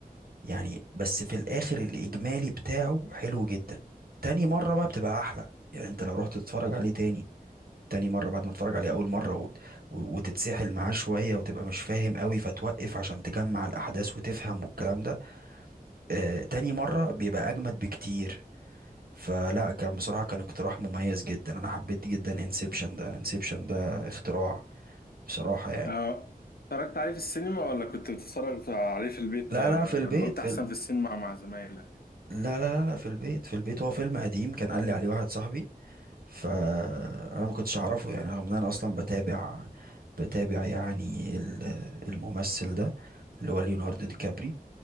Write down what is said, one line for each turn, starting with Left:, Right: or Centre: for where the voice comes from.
Right: يعني بس في الاخر الاجمالي بتاعه حلو جدا تاني مرة بقى بتبقى احلى يعني انت لو رحت تتفرج عليه تاني تاني مرة بعد ما تتفرج عليه أول مرة و... و... وتتسحل معاه شوية وتبقى مش فاهم قوي فتوقف عشان تجمع الأحداث وتفهم والكلام ده آه تاني مرة بيبقى أجمد بكتير فلا كان بصراحة كان اقتراح مميز جدا أنا حبيت جدا انسبشن ده انسبشن ده اختراع بصراحة يعني
Left: آه، اتفرجت عليه في السينما ولا كنت بتتفرج عليه في البيت
Right: لا
Left: آه،
Right: لا في البيت
Left: ولا قلت
Right: في
Left: احسن
Right: ال...
Left: في السينما مع زمايلك
Right: لا لا لا لا في البيت في البيت هو فيلم قديم كان قال لي عليه واحد صاحبي فانا ما كنتش اعرفه يعني رغم ان انا اصلا بتابع بتابع يعني ال- الممثل ده اللي هو ليوناردو دي كابري